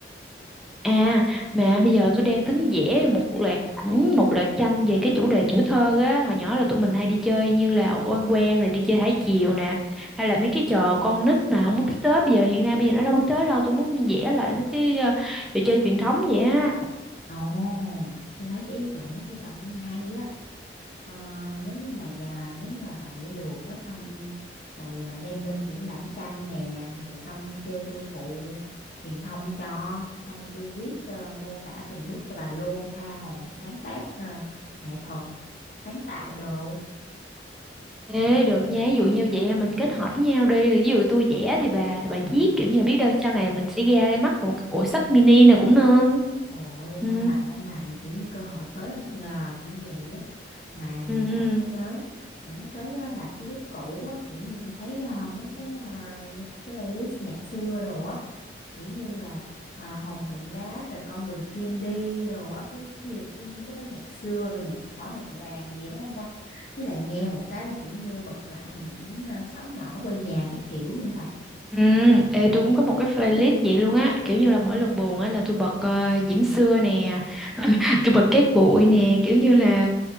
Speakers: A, in the centre; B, on the left.
A: À,
B: ừ.
A: mà bây giờ tôi đang tính vẽ một loạt ảnh, một loạt tranh về cái chủ đề tuổi thơ á. Hồi nhỏ là tụi mình hay đi chơi như là oan quen rồi đi chơi thả diều nè, hay là mấy cái trò con nít mà không có biết tới bây giờ hiện nay bây giờ nó đâu biết tới đâu. Tôi muốn vẽ lại mấy cái ờ, trò chơi truyền thống vậy á.
B: ồ tôi thấy cái ý tưởng đó của bà cũng hay á Ờ, nếu như mà nhà nếu như mà bà vẽ được á xong rồi ờ, đem lên triển lãm tranh nè rồi xong kêu tôi phụ truyền thông cho xong tôi viết ờ, mô tả từng bước cho bà luôn tha hồ mà sáng tác ờ, nghệ thuật sáng tạo đồ
A: Ê, được nha, ví dụ như vậy là mình kết hợp với nhau đi, rồi ví dụ tôi vẽ thì bà thì bà viết kiểu như là biết đâu sau này mình sẽ ra mắt một cái bộ sách mini nào cũng nên.
B: ôi
A: Ừ,
B: ngon lành ngon lành kiểu như cơ hội tới bất ngờ kiểu vậy á mà
A: ừ,
B: mà nhắc
A: ừ.
B: mới nhớ mà nhắc tới á, là ký ức cũ á, kiểu như tôi thấy ờ, mấy cái ờ, cái playlist nhạc xưa đồ á kiểu như là à, hồn tượng đá rồi con đường CMD đồ á cái như cái mấy cái đó nhạc xưa rồi nhạc đỏ nhạc vàng gì đúng không ta với lại nghe một cái là kiểu như bật lại hình ảnh à, xóm nhỏ quê nhà cái kiểu luôn bà
A: Ừ, ê, tôi cũng có một cái playlist vậy luôn á, kiểu như là mỗi lần buồn á là tôi bật ờ, Diễm Xưa nè, <laughs> tôi bật Cát Bụi nè, kiểu như là